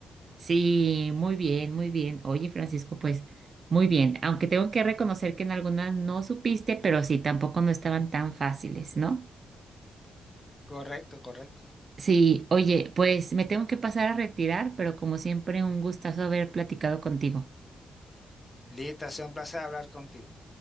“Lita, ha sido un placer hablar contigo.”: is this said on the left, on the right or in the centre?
Left